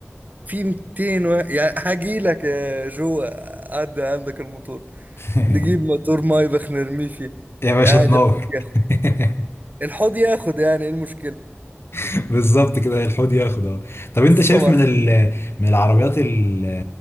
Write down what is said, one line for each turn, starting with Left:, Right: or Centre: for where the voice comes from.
Right: في 200 و... يعني هجيلك يا جو عدل عندك الموتور
Left: <laughs>
Right: نجيب موتور مايبخ نرميه فيه
Left: يا باشا
Right: عادي
Left: تنور
Right: الحوض ياخد
Left: <laughs>
Right: الحوض ياخد يعني ايه المشكلة
Left: <laughs> بالظبط كده الحوض ياخد اه طب انت
Right: بس
Left: شايف
Right: طبعا
Left: من ال... من العربيات ال...